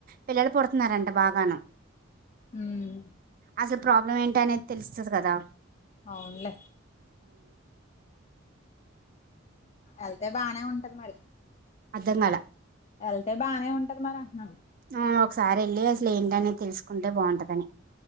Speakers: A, on the right (about 45°); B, on the left (about 35°).
A: పిల్లలు పుడుతున్నారంట బాగాను
B: మ్
A: అసల్ ప్రాబ్లం ఏంటి అనేద్ తెలుస్తది కదా
B: అవున్లె ఎళ్తే బానే ఉంటది మరి
A: అర్ధం కాలా
B: ఎళ్తే బానే ఉంటది మరి అంటున్నాను.
A: ఆ ఒకసార్ ఎళ్ళి అసల్ ఏంటి అనేది తెల్సుకుంటే బాగుంటదని.